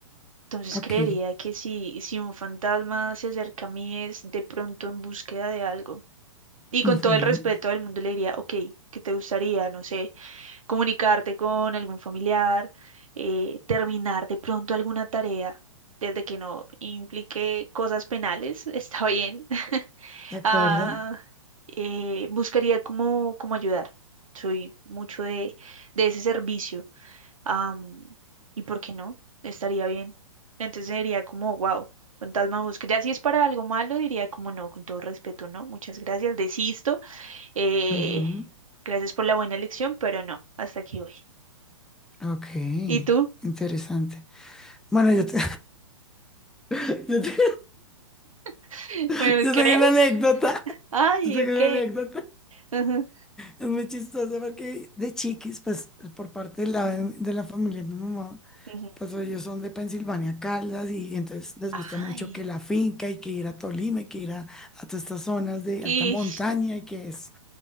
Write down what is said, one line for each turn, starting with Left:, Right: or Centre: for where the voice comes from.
Right: Entonces
Centre: ok.
Right: creería que si, si un fantasma se acerca a mí es de pronto en búsqueda de algo. Y con
Centre: ujú,
Right: todo el respeto del mundo le diría, ok, ¿qué te gustaría? No sé, comunicarte con algún familiar, eh, terminar de pronto alguna tarea, desde que no implique cosas penales, <laughs> está bien
Centre: De acuerdo.
Right: ah, eh, buscaría cómo, cómo ayudar. Soy mucho de, de ese servicio. am, ¿y por qué no? Estaría bien. Entonces diría como, wow, fantasma busca. Ya si es para algo malo, diría como no, con todo respeto, no. Muchas gracias, desisto. eh,
Centre: ujú,
Right: gracias por la buena elección, pero no, hasta aquí voy.
Centre: Ok,
Right: ¿Y tú?
Centre: interesante. Bueno, yo, te- <laughs> yo, te-
Right: <laughs>
Centre: <laughs>
Right: ¿Me
Centre: yo
Right: crees?
Centre: tengo una anécdota.
Right: Ay,
Centre: Yo tengo
Right: ok.
Centre: una anécdota.
Right: Ajá,
Centre: Es muy chistosa porque de chiquis, pues por parte de la, de la familia de mi mamá,
Right: ujú.
Centre: pues ellos son de Pensilvania, Caldas, y entonces les
Right: Ay.
Centre: gusta mucho que la finca y que ir a Tolima y que ir a, a todas estas zonas de
Right: Y...
Centre: alta montaña y que es